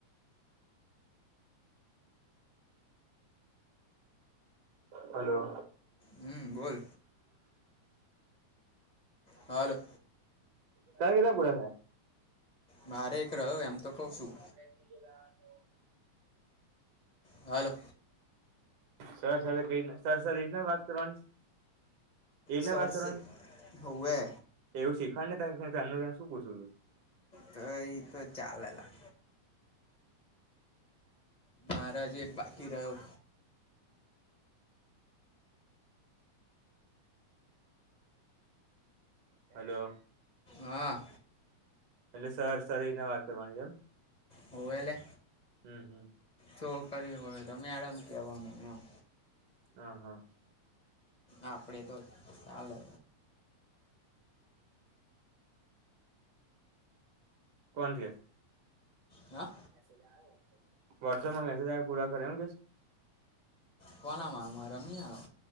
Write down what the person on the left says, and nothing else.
હમ બોલ હાલું
મારે એક રહ્યો એમ તો કઉ છું
હાલો.
સર
હોવે
તો એ તો ચાલેલા મહારાજ એક બાકી રહ્યો
હા
હોવે એલે
છોક હોય તો મેડમ કહેવાનું એમ
આપડે તો ચાલે
હઅ.
કોના માં? મારામ ની આયો.